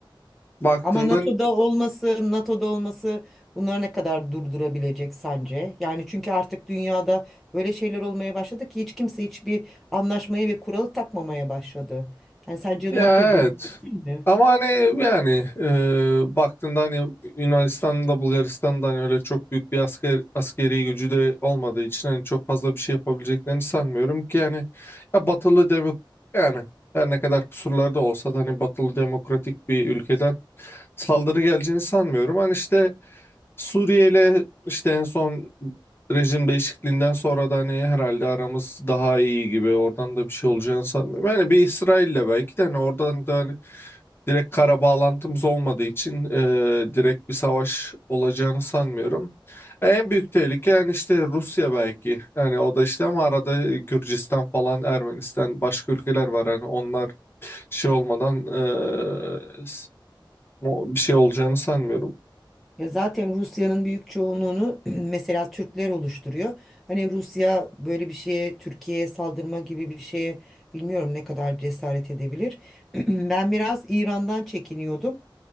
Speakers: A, on the left; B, in the centre.
A: baktığında
B: Ama NATO'da olması, NATO'da olması bunları ne kadar durdurabilecek sence? Yani çünkü artık dünyada böyle şeyler olmaya başladı ki hiç kimse hiçbir anlaşmayı ve kuralı takmamaya başladı. Yani sence
A: ya
B: NATO
A: evet.
B: durdurabilir mi?
A: Ama hani yani eee baktığında hani Yunanistan'da Bulgaristan'da hani öyle çok büyük bir asker, askeri gücü de olmadığı için hani çok fazla bir şey yapabileceklerini sanmıyorum ki yani ya batılı demok yani her ne kadar kusurları da olsa da hani batılı demokratik bir ülkeden saldırı geleceğini sanmıyorum. Hani işte Suriye ile işte en son rejim değişikliğinden sonra da hani herhalde aramız daha iyi gibi oradan da bir şey olacağını sanmıyorum. Yani bir İsrail'le belki de hani oradan da hani direkt kara bağlantımız olmadığı için e, direkt bir savaş olacağını sanmıyorum. En büyük tehlike yani işte Rusya belki. Yani o da işte ama arada Gürcistan falan Ermenistan başka ülkeler var hani onlar şey olmadan e, s- o- bir şey olacağını sanmıyorum.
B: Ya zaten Rusya'nın büyük çoğunluğunu <clears throat> mesela Türkler oluşturuyor. Hani Rusya böyle bir şeye Türkiye'ye saldırma gibi bir şeye bilmiyorum ne kadar cesaret edebilir. <clears throat> Ben biraz İran'dan çekiniyordum.